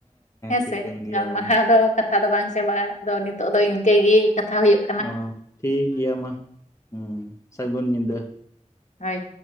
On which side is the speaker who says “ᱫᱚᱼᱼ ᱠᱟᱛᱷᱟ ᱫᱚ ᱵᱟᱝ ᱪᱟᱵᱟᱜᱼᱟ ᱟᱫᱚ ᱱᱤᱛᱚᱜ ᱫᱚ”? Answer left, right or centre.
Left